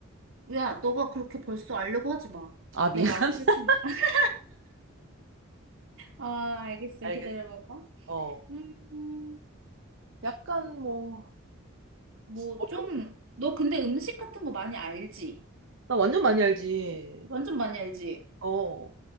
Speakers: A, on the right; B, on the right.
A: 야, 너가 그렇게 벌써 알려고 하지 마.
B: 아, 미안.
A: 내가
B: <laughs>
A: 알아서 할 테니까. <laughs> 아, 알겠어.
B: 알겠어.
A: 기다려봐봐.
B: 어.
A: 음,
B: 약간 뭐,
A: 뭐
B: 어려운,
A: 좀, 너 근데 음식 같은 거 많이 알지?
B: 나 완전 많이 알지.
A: 완전 많이 알지?
B: 어.